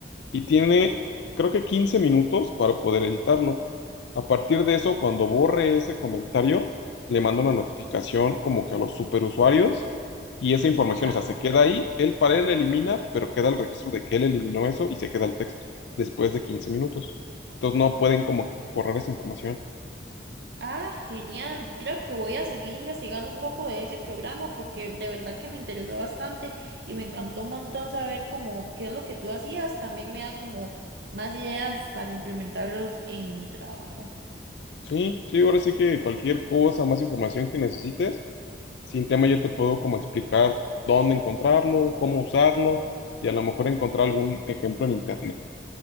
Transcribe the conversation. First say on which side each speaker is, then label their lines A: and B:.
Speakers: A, on the left (about 80°); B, on the right (about 75°).
A: Y tiene, creo que 15 minutos para poder editarlo. A partir de eso, cuando borre ese comentario, le manda una notificación como que a los superusuarios y esa información,
B: Ajá.
A: o sea, se queda ahí, él para él la elimina, pero queda el registro de que él eliminó eso y se queda el texto después de 15 minutos. Entonces no pueden como que borrar esa información.
B: Ah, genial. Creo que voy a seguir investigando un poco de ese programa porque de verdad que me interesó bastante y me encantó un montón saber cómo qué es lo que tú hacías. También me da como más ideas para implementarlos en mi trabajo.
A: Sí, sí, ahora sí que cualquier cosa, más información que necesites, sin tema yo te puedo como explicar dónde encontrarlo, cómo usarlo y a lo mejor encontrar algún ejemplo en internet.